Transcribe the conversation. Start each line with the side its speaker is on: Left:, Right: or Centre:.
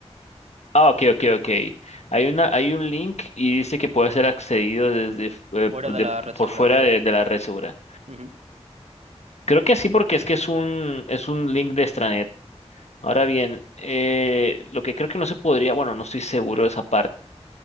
Left: Ah, ok, ok, ok. Hay una, hay un link y dice que puede ser accedido desde eh,
Right: fuera
Left: de-
Right: de la red
Left: por
Right: segura.
Left: fuera de, de la red segura.
Right: Ujú.
Left: Creo que sí, porque es que es un, es un link de extranet. Ahora bien, eh, lo que creo que no se podría, bueno, no estoy seguro de esa parte,